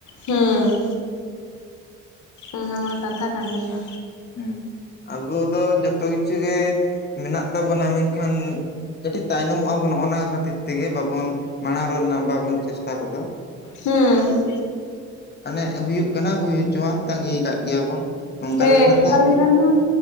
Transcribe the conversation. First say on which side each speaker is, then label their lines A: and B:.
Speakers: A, on the left; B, on the left.
A: ᱦᱩᱸ ᱚᱱᱟ ᱢᱟ ᱠᱟᱛᱷᱟ ᱠᱟᱱ ᱜᱮᱭᱟ᱾
B: ᱦᱩᱸ ᱟᱵᱚ ᱫᱚ ᱡᱚᱛᱚ ᱠᱤᱪᱷᱩ ᱜᱮ ᱢᱮᱱᱟᱜ ᱛᱟᱵᱚᱱᱟ, ᱢᱮᱱᱠᱷᱟᱱ ᱠᱟᱹᱴᱤᱡ ᱛᱟᱭᱱᱚᱢᱚᱜ ᱟᱵᱚᱱ ᱱᱚᱜᱼᱚᱱᱟ ᱠᱷᱟᱹᱛᱤᱨ ᱛᱮᱜᱮ ᱵᱟᱵᱚᱱ ᱢᱟᱬᱟᱝ ᱨᱮᱱᱟᱜ ᱵᱟᱵᱚᱱ ᱪᱮᱥᱴᱟ ᱜᱚᱫᱟ᱾
A: ᱦᱩᱸᱻ᱾
B: ᱢᱟᱱᱮ ᱦᱩᱭᱩᱜ ᱠᱟᱱᱟ ᱦᱩᱭ ᱦᱚᱪᱚᱣᱟᱱ, ᱛᱟᱸᱜᱤᱭ ᱠᱟᱫ ᱜᱮᱭᱟ ᱵᱚᱱ᱾ ᱚᱱᱠᱟ
A: ᱦᱮᱸ
B: ᱞᱮᱠᱷᱟᱱ
A: ᱚᱱᱠᱟ
B: ᱫᱚ
A: ᱞᱮᱠᱷᱟᱱ ᱦᱚᱸ